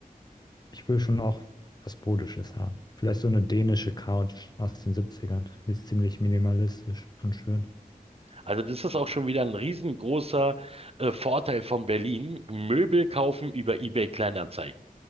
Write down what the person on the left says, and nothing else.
ich will schon auch was Modisches haben. Vielleicht so eine dänische Couch aus den Siebzigern, Die ist ziemlich minimalistisch und schön.